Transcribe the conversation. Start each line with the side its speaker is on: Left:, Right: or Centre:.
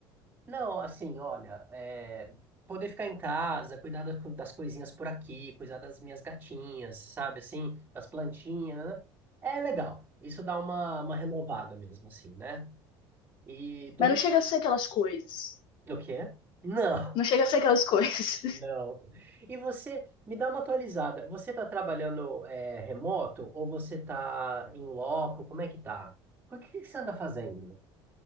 Right: Não, assim, olha, é, poder ficar em casa, cuidar das co- das coisinhas por aqui, cuidar das minhas gatinhas, sabe, assim, das plantinhas, né? É legal. Isso dá uma, uma renovada mesmo, assim, né? E domingo
Left: Mas não chega a ser aquelas coisas.
Right: O quê? Não,
Left: Não chega a ser aquelas <laughs> coisas.
Right: não. E você, me dá uma atualizada. Você está trabalhando é, remoto ou você está em loco? Como é que tá? O que que você anda fazendo?